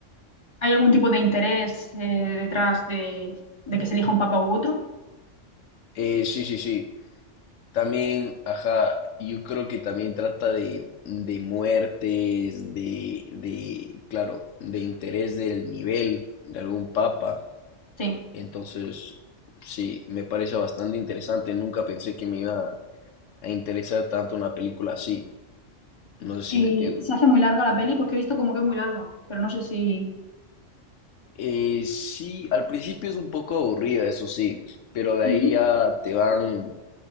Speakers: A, on the left; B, on the left.
A: ¿Hay algún tipo de interés eh, detrás de, de que se elija un papa u otro?
B: eh, sí, sí, sí. También, ajá, yo creo que también trata de, de muertes, de, de, claro, de interés del nivel de algún papa.
A: Sí.
B: Entonces, sí, me parece bastante interesante. Nunca pensé que me iba a interesar tanto una película así. No sé
A: Y
B: si me entiendo.
A: se hace muy larga la peli porque he visto como que es muy larga, pero no sé si...
B: Eh, sí, al principio es un poco aburrida, eso sí, pero de
A: Ujú.
B: ahí ya te van